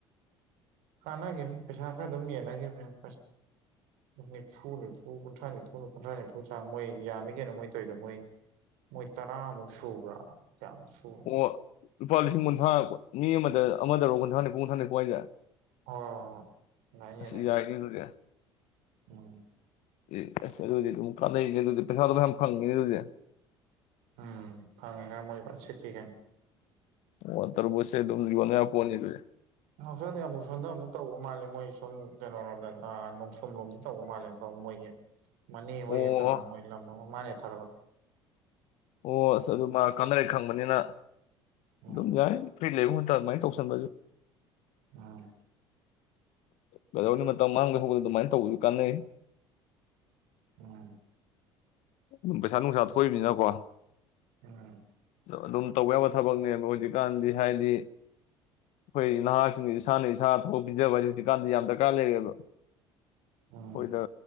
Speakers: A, on the right; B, on the left.
A: ꯀꯥꯟꯅꯈꯤꯕꯅꯤ ꯄꯩꯁꯥ ꯈꯔ ꯑꯗꯨꯝ ꯌꯦꯟꯅꯈꯤꯕꯅꯤ꯫ ꯅꯤꯐꯨ ꯅꯤꯐꯨ ꯀꯨꯟꯊ꯭ꯔꯥ ꯅꯤꯐꯨ ꯀꯨꯟꯊ꯭ꯔꯥ ꯅꯤꯐꯨ ꯆꯥꯡ ꯃꯣꯏ ꯌꯥꯝꯃꯤ ꯀꯩꯅꯣ ꯃꯣꯏ ꯇꯧꯏꯗꯣ ꯃꯣꯏ꯫ ꯃꯣꯏ ꯇꯔꯥꯃꯨꯛ ꯁꯨꯕ꯭ꯔꯥ ꯀ꯭ꯌꯥꯃꯨꯛ ꯁꯨ꯫
B: ꯑꯣ ꯂꯨꯄꯥ ꯂꯤꯁꯤꯡ ꯀꯨꯟꯊ꯭ꯔꯥ ꯃꯤ ꯑꯃꯗ ꯑꯃꯗꯔꯣꯑꯣ ꯀꯨꯟꯊ꯭ꯔꯥ ꯅꯤꯐꯨ ꯀꯨꯟꯊ꯭ꯔꯥ ꯅꯤꯐꯨ ꯍꯥꯢꯖꯦ꯫
A: ꯑꯣ ꯅꯌꯦ ꯅꯌꯦ
B: ꯌꯥꯏꯅꯦ ꯑꯗꯨꯗꯤ
A: ꯎꯝ꯫
B: ꯑꯦ ꯑꯁ ꯑꯗꯨꯗꯤ ꯑꯗꯨꯝ ꯀꯥꯟꯅꯩꯅꯦ ꯑꯗꯨꯗꯤ ꯄꯩꯁꯥꯗꯣꯌꯥꯝ ꯐꯪꯉꯦꯅꯦ ꯑꯗꯨꯗꯤ꯫
A: ꯎꯝ ꯐꯪꯉꯦ ꯈꯔ ꯃꯣꯏ ꯐ ꯁꯤꯠꯂꯤ ꯀꯩꯅꯣ꯫
B: ꯑꯣ ꯇꯔꯕꯨꯖꯁꯦ ꯑꯗꯨꯝ ꯌꯣꯟ ꯌꯥ ꯄꯣꯠꯅꯤ ꯑꯗꯨꯗꯤ꯫
A: ꯁꯣꯗ ꯑꯃꯨꯛ ꯁꯣꯝꯗꯅ ꯑꯃꯨꯛ ꯇꯧꯕ ꯃꯥꯜꯂꯦ ꯃꯣꯏ ꯁꯨꯝ ꯀꯩꯅꯔꯣꯝꯗ ꯑ ꯅꯣꯡꯁꯨꯝꯂꯣꯝꯗ ꯇꯧꯕ ꯃꯥꯜꯂꯦ ꯑꯃꯨꯛ꯫ ꯃꯣꯏꯒꯤ ꯃꯅꯤ ꯍꯣꯏꯒꯤ
B: ꯑꯣ
A: ꯀꯅꯥ ꯃꯣꯏ ꯂꯝ ꯑꯃ ꯃꯥꯅꯦ ꯍꯦꯛ ꯊꯥꯒꯠꯂꯛ꯫
B: ꯑꯣ ꯑꯁ ꯑꯗꯨ ꯃꯥ ꯀꯥꯅꯔꯦ ꯈꯪꯕꯅꯤꯅ
A: ꯎꯝ
B: ꯑꯗꯨꯝ ꯌꯥꯏ ꯐ꯭ꯔꯤ ꯂꯩꯕꯕꯨꯗꯤ꯫ ꯈꯔ ꯑꯗꯨꯃꯥꯏ ꯇꯧꯁꯜꯂꯖꯨ꯫
A: ꯎꯝ꯫
B: ꯀꯗꯧꯅꯤ ꯃꯇꯝ ꯃꯥꯡꯅꯕ ꯑꯣꯢ ꯑꯗꯨꯃꯥꯏꯅ ꯇꯧꯕꯁꯨ ꯀꯥꯟꯅꯩ꯫
A: ꯎꯝ꯫
B: ꯑꯗꯨꯝ ꯄꯩꯁꯥ ꯅꯨꯡꯁꯥ ꯊꯣꯛꯏꯕꯅꯤꯅꯀꯣ꯫
A: ꯎꯝ꯫
B: ꯑꯗꯨꯝ ꯇꯧꯕ ꯌꯥꯕ ꯊꯕꯛꯅꯦꯕ ꯍꯧꯖꯤꯛꯀꯥꯟꯗꯤ ꯍꯥꯏꯗꯤ꯫ ꯑꯩꯈꯣꯏ ꯅꯍꯥꯁꯤꯡ ꯏꯁꯥꯅ ꯏꯁꯥꯗ ꯊꯕꯛ ꯄꯤꯖꯕ ꯍꯥꯏ ꯍꯧꯖꯤꯛꯀꯥꯟꯗꯤ ꯌꯥꯝ ꯗꯔꯀꯥꯔ ꯂꯩꯔꯦꯕ꯫
A: ꯎꯝ
B: ꯍꯈꯣꯏꯗ